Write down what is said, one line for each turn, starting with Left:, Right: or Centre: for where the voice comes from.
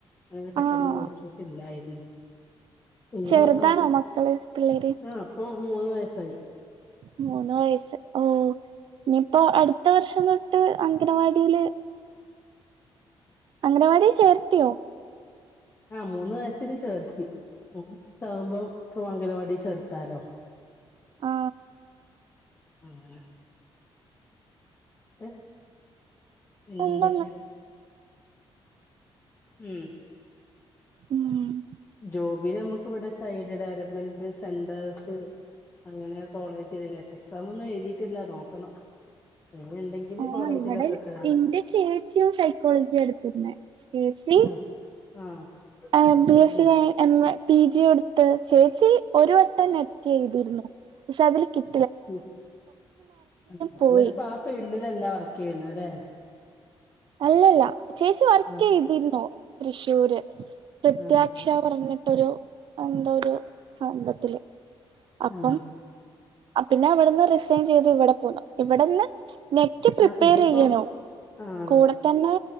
Left: അങ്ങനെ പെട്ടെന്ന്
Right: ആഹ്
Left: നോക്കിട്ടില്ലായിരുന്നു. ഇനി
Right: ചെറുതാണോ
Left: നോക്കണം
Right: മക്കള് പിള്ളേര്
Left: ആ ഇപ്പൊ മൂന്ന് വയസായി.
Right: മൂന്ന് വയസ്സ് ഓ. ഇനിയിപ്പോ അടുത്ത വർഷം തൊട്ട് അംഗനവാടിയില് അംഗനവാടി ചേർത്തിയോ.
Left: ആ മൂന്ന് വയസ്സില് ചേർത്തി. മൂന്ന് വയസ്സ് ആവുമ്പോ ഇപ്പൊ അംഗനവാടി ചേർത്താലോ.
Right: ആ.
Left: ആ <unintelligible> <unintelligible> പിന്നെ
Right: ഉം
Left: എന്തൊക്കെയ. ഉം
Right: ഉം.
Left: ജോബിന് നമുക്കിവിടെ ചൈൽഡ് ഡെവലപ്മെന്റ് സെന്റേഴ്സ് അങ്ങനെ കോളേജില് നെറ്റ് എക്സാം ഒന്നും എഴുതിയിട്ടില്ല നോക്കണം. അങ്ങനെ ഉണ്ടെങ്കില്
Right: ആ
Left: കോളേജിലൊക്കെ
Right: ഇവിടെ
Left: കേറാ
Right: ഇന്റെ ചേച്ചിയും സൈക്കോളജിയ എടുത്തിരുന്നേ. ചേച്ചി.
Left: ആഹ് ആഹ്
Right: എ
Left: അത്
Right: ബി എസ്
Left: ശരി
Right: സി എം എ പി ജി കൊടുത്ത് ചേച്ചി ഒരു ഒരു വട്ടം നെറ്റ് എഴുതിയിരുന്നു പക്ഷെ അതില് കിട്ട
Left: ഉം സങതിപ്പ
Right: പോയി
Left: ആ ഫീൽഡിലല്ല വർക്ക് ചെയ്യ്ണെ അല്ലെ.
Right: അല്ലല്ല ചേച്ചി വർക്ക്
Left: ആഹ്
Right: ചെയ്തിരുന്നോ തൃശ്ശൂര്. പ്രത്യാക്ഷ
Left: ആഹ്
Right: പറഞ്ഞിട്ടൊരു എന്ത ഒരു സംൗഭത്തില് അപ്പം
Left: ആഹ്
Right: പിന്നെ അവിടെന്ന് റിസൈൻ ചെയ്ത് ഇവിടെ പോണം ഇവിടെന്ന് നെറ്റ് പ്രിപ്പയർ
Left: ആഹ് ഇതിപ്പോ
Right: ചെയ്യാന
Left: ആഹ്
Right: കൂടെ തന്നെ